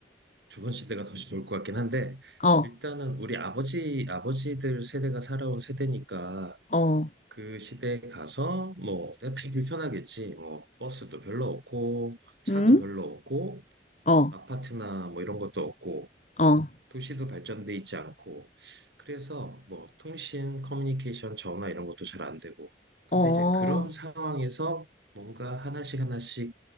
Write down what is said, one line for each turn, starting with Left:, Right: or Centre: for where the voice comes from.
Right: 조선 시대가 더 좋을 것 같긴 한데
Left: 어,
Right: 일단은 우리 아버지 아버지들 세대가 살아온 세대니까
Left: 어,
Right: 그 시대에 가서 뭐 되게 불편하겠지. 뭐 버스도 별로 없고 차도
Left: 응,
Right: 별로 없고
Left: 어,
Right: 아파트나 뭐 이런 것도 없고
Left: 어,
Right: 도시도 발전돼 있지 않고 그래서 뭐 통신, 커뮤니케이션, 전화 이런 것도 잘 안 되고 근데
Left: 어.
Right: 이제 그런 상황에서 뭔가 하나씩 하나씩